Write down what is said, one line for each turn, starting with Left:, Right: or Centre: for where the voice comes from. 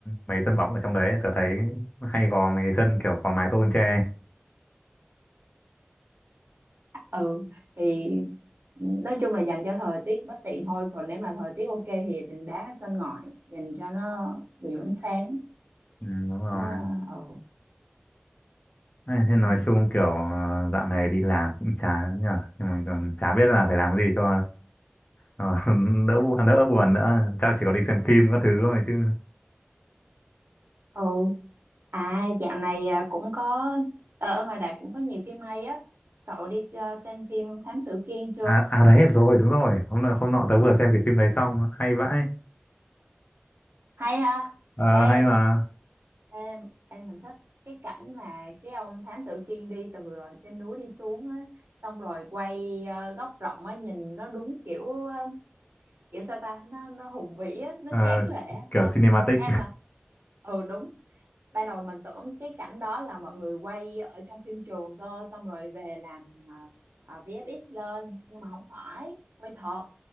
Left: mấy sân bóng ở trong đấy tớ thấy hay có mấy sân kiểu cỏ mái tôn che
Right: Ừ thì nói chung là dành cho thời tiết bất tiện thôi còn nếu mà thời tiết ok thì đừng đá ở sân ngoại dành cho nó nhiều ánh sáng
Left: ừ, đúng rồi
Right: Đó, ừ.
Left: Thế thế nói
Right: Hay.
Left: chung kiểu ờ, dạo này đi làm cũng chán nhờ nhưng mà còn chả biết là phải làm cái gì cho ờ, <laughs> đỡ bu- à, đỡ buồn nữa chắc chỉ có đi xem phim các thứ thôi chứ
Right: Ừ. À dạo này à, cũng có ờ, ở ngoài đại cũng có nhiều phim hay á. Cậu đi à, xem phim Thám Tử Kiên chưa?
Left: à, à đấy rồi đúng rồi hôm nọ hôm nọ tớ vừa xem cái phim đấy xong hay vãi
Right: Hay ha.
Left: ờ,
Right: Ê,
Left: hay mà
Right: em em mình thích cái cảnh mà cái ông Thám Tử Kiên đi từ à, trên núi đi xuống á, xong rồi quay à, góc rộng á nhìn nó đúng kiểu à, kiểu sao ta, nó nó hùng vĩ á, nó
Left: ờ,
Right: tráng lệ á
Left: kiểu
Right: ha.
Left: cinematic
Right: Em à. Ừ đúng. ban đầu mình tưởng cái cảnh đó là mọi người quay ở trong phim trường cơ xong rồi về làm à, à, VFX lên nhưng mà không phải quay thật